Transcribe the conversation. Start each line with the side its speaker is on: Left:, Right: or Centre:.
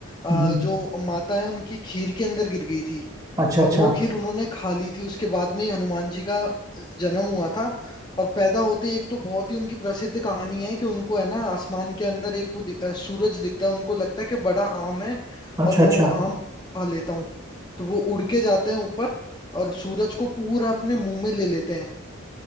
Left: अ,
Right: हम्म,
Left: जो माता है उनकी खीर के अंदर गिर गई थी
Right: अच्छा अच्छा
Left: और वो खीर उन्होंने खा ली थी उसके बाद में ही हनुमान जी का जन्म हुआ था और पैदा होते ही एक तो बहुत ही उनकी प्रसिद्ध कहानी है कि उनको है ना आसमान के अंदर एक वो दिख- अ, सूरज दिखता है उनको लगता है कि बड़ा आम है
Right: अच्छा
Left: और मैं
Right: अच्छा
Left: वो आम खा लेता हूँ तो वो उड़ के जाते हैं ऊपर और सूरज को पूरा अपने मुंह में ले लेते हैं